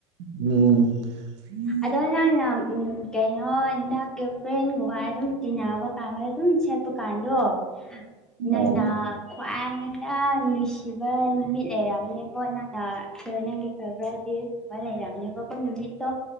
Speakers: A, on the right (about 70°); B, in the centre.
A: ꯎꯝ <unintelligible>
B: ꯑꯗꯣ ꯅꯪꯅ ꯎꯝ ꯀꯩꯅꯣ ꯅꯪꯒꯤ ꯐ꯭ꯔꯦꯟꯒ꯭ꯋꯥꯏ ꯑꯗꯨꯝ ꯇꯤꯟꯅꯕ ꯄꯥꯝꯕ ꯗꯨꯝ ꯁꯦꯠꯄꯀꯥꯟꯗꯣ ꯅꯪꯅ
A: ꯑꯣ
B: ꯈ꯭ꯋꯥꯗ ꯌꯥꯝ ꯅꯨꯡꯁꯤꯕ ꯅꯨꯃꯤꯠ ꯂꯩꯔꯝꯅꯤ ꯀꯣ ꯅꯪꯅ ꯁꯔ ꯅꯪꯒꯤ ꯐꯦꯕ꯭ꯔꯥꯏꯗ ꯗꯦ ꯕ ꯂꯩꯔꯝꯅꯤꯕꯀꯣ ꯅꯨꯃꯤꯠꯇꯣ